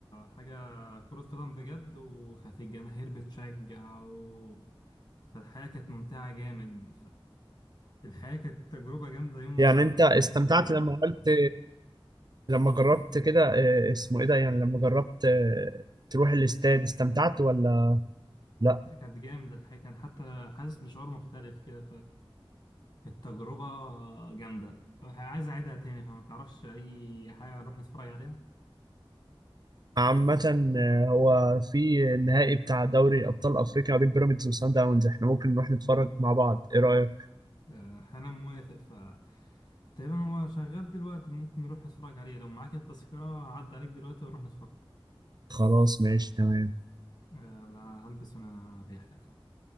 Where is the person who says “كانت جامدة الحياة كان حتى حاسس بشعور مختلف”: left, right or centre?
Left